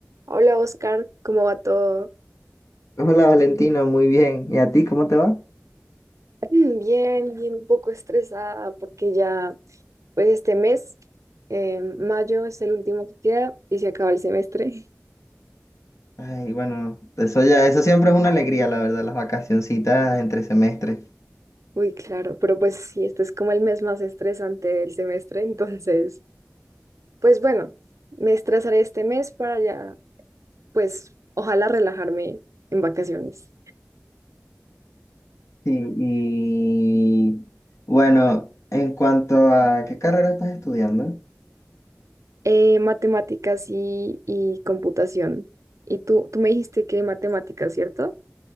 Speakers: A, on the right (about 80°); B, on the left (about 80°).
A: Hola Oscar, ¿cómo va todo?
B: Hola Valentino, muy bien. ¿Y a ti cómo te va?
A: <clears throat> Bien, bien, un poco estresada porque ya, pues este mes, eh, mayo es el último que queda y se acaba el semestre.
B: Ay, bueno, eso ya, eso siempre es una alegría, la verdad, las vacacioncitas entre semestres.
A: <laughs> Uy, claro, pero pues sí, este es como el mes más estresante del semestre, entonces, pues bueno, me estresaré este mes para ya, pues ojalá relajarme en vacaciones.
B: Sí, y bueno, en cuanto a qué carrera estás estudiando,
A: Eh, matemáticas y, y computación. Y tú, tú me dijiste que matemáticas, ¿cierto?